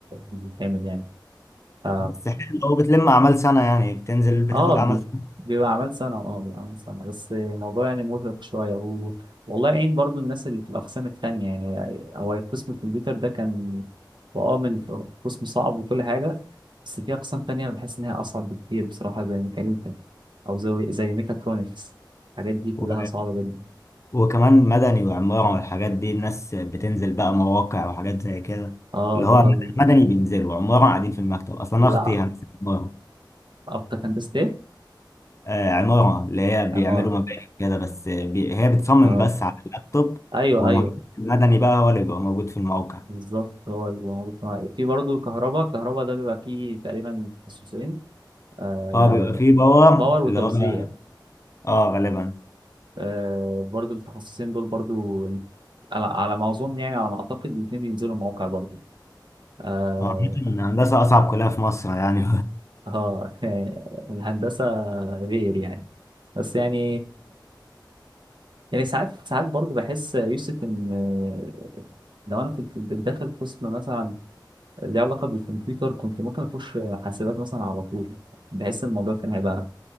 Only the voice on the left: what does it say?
بس حلو لو بتلم اعمال سنة يعني بتنزل بتاخد
اعمال سنة
و...
وكمان مدني وعمارة والحاجات دي الناس بتنزل بقى مواقع وحاجات زي كده
اللي هو
مدني بينزلوا عمارة قاعدين في المكتب اصلا
أنا اختي هندسة عمارة
آه عمارة اللي هي بيعملوا
مباني كده بس بي... هي بتصمم
بس على اللابتوب
والمهندس
المدني بقى هو اللي بيبقى موجود في الموقع
اه بيبقى فيه باور
اللي هو اه غالبا
عامة هندسة أصعب كلية في مصر يعني